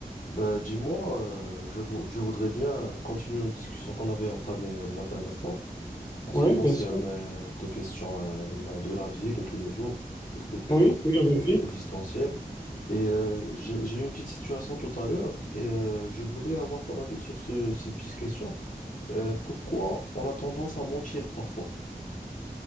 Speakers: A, on the left (about 50°); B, on the left (about 25°).
A: Bah, dis-moi, euh, je, vou- je voudrais bien continuer nos discussions qu'on avait entamées euh, la dernière fois en
B: Oui,
A: ce qui concerne
B: bien sûr.
A: euh, des questions euh, de la vie, de tous les jours, des trucs
B: Oui,
A: euh,
B: oui, vas-y.
A: existentiels. Et euh, j'ai, j'ai eu une petite situation tout à l'heure et euh, je voulais avoir ton avis sur ce, cette petite question. Euh, pourquoi on a tendance à mentir parfois?